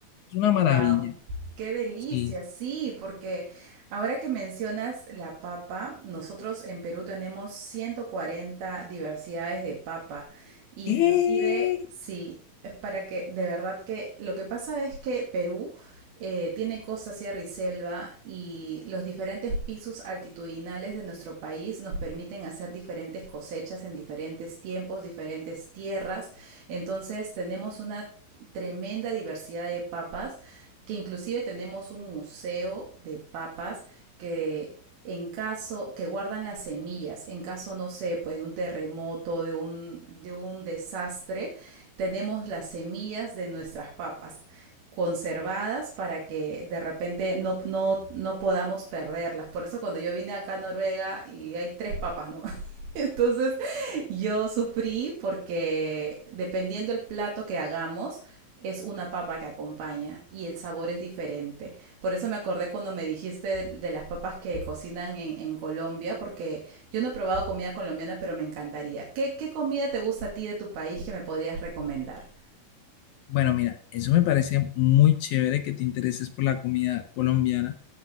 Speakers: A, on the left; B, on the right.
A: Es una
B: Wow,
A: maravilla.
B: qué delicia,
A: Sí.
B: sí, porque ahora que mencionas la papa, nosotros en Perú tenemos 140 diversidades de papa, inclusive,
A: ¿Qué?
B: sí, para que de verdad que lo que pasa es que Perú eh, tiene costa, sierra y selva y los diferentes pisos altitudinales de nuestro país nos permiten hacer diferentes cosechas en diferentes tiempos, diferentes tierras. Entonces tenemos una tremenda diversidad de papas que inclusive tenemos un museo de papas que en caso que guardan las semillas, en caso, no sé, pues de un terremoto, de un, de un desastre, tenemos las semillas de nuestras papas conservadas para que de repente no, no, no podamos perderlas. Por eso cuando yo vine acá a Noruega y hay tres papas nomás, <laughs> Entonces yo sufrí porque dependiendo el plato que hagamos, es una papa que acompaña y el sabor es diferente. Por eso me acordé cuando me dijiste de, de las papas que cocinan en, en, Colombia, porque yo no he probado comida colombiana, pero me encantaría. ¿Qué, ¿Qué comida te gusta a ti de tu país que me podrías recomendar?
A: Bueno, mira, eso me parece muy chévere que te intereses por la comida colombiana.